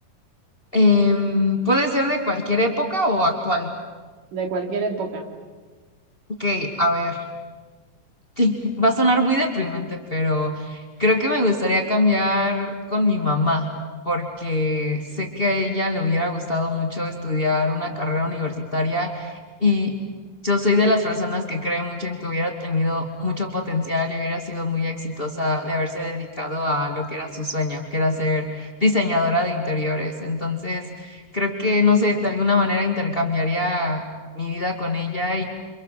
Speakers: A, on the left; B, on the right.
A: em, puede ser de cualquier época o actual.
B: De cualquier época.
A: Ok, a ver. <laughs> Va a sonar muy deprimente, pero creo que me gustaría cambiar con mi mamá, porque sé que a ella le hubiera gustado mucho estudiar una carrera universitaria y yo soy de las personas que cree mucho en que hubiera tenido mucho potencial y hubiera sido muy exitosa de haberse dedicado a lo que era su sueño, que era ser diseñadora de interiores. Entonces, creo que, no sé, de alguna manera intercambiaría mi vida con ella